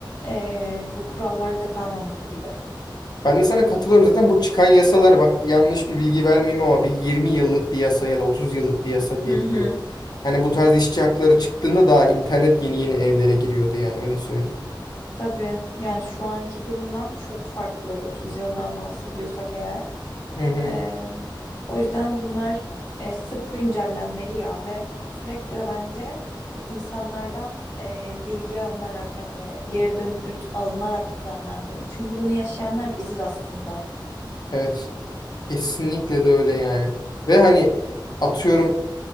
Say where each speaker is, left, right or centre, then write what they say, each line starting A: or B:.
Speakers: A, on the left; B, on the left.
A: eee, bu kurallar da kalmamalı gibi.
B: Ben de sana katılıyorum zaten bu çıkan yasalar bak yanlış bir bilgi vermeyeyim ama bir 20 yıllık bir yasa ya da 30 yıllık bir yasa diye
A: Hı
B: biliyorum.
A: hı.
B: Hani bu tarz işçi hakları çıktığında daha internet yeni yeni evlere giriyordu yani öyle söyleyeyim.
A: Tabii yani şu anki durumdan çok farklı 30 yıldan bahsediyorsak eğer.
B: Hı hı.
A: Ee, o yüzden bunlar e, sık güncellenmeli ya ve sürekli de bence hani insanlardan e, bilgi alınarak hani geri dönüt alınarak düzenlenmeli. Çünkü bunu yaşayanlar biziz aslında.
B: Evet. Kesinlikle de öyle yani. Ve hani atıyorum